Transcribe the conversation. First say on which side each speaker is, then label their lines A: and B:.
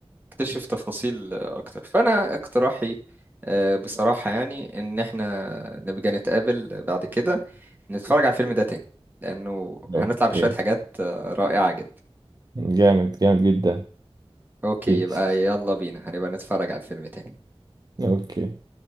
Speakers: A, on the right (about 20°); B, on the right (about 40°).
A: اكتشف تفاصيل اكتر فانا اقتراحي آه، بصراحة يعني ان احنا نبقى نتقابل بعد كده نتفرج على الفيلم ده تاني لانه هنطلع
B: اوكي
A: بشوية حاجات آه، رائعة جدا
B: جامد جامد جدا
A: اوكي
B: بيس
A: يبقى يلا بينا هنبقى نتفرج على الفيلم تاني
B: اوكي